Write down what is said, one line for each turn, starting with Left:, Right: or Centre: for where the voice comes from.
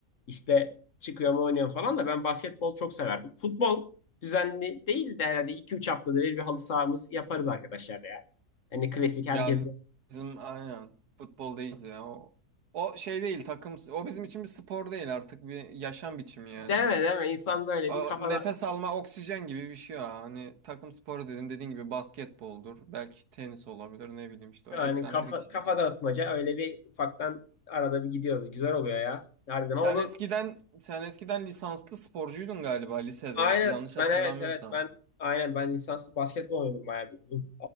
Left: İşte çıkıyorum oynuyorum falan da ben basketbol çok severdim. Futbol düzenli değil de herhalde 2-3 haftada bir bir halı sahamız yaparız arkadaşlar ya. Hani klasik herkesin
Right: Ya bi- bizim aynen futbol değiliz ya. O, o şey değil takım o bizim için bir spor değil artık bir yaşam biçimi yani.
Left: Deme deme insan böyle
Right: A-
Left: bir kafada
Right: Nefes alma oksijen gibi bir şey ya. Hani takım sporu dedin, dediğin gibi basketboldur. Belki tenis olabilir ne bileyim işte o
Left: yani
Right: eksantrik
Left: kafa
Right: şeyler.
Left: kafa dağıtmaca öyle bir ufaktan arada bir gidiyoruz. Güzel oluyor ya. Harbiden ama
Right: Sen
Left: bu
Right: eskiden sen eskiden lisanslı sporcuydun galiba lisede.
Left: aynen
Right: Yanlış
Left: ben
Right: hatırlamıyorsam.
Left: evet evet ben aynen ben lisanslı basketbol oynadım bayağı bir uzun.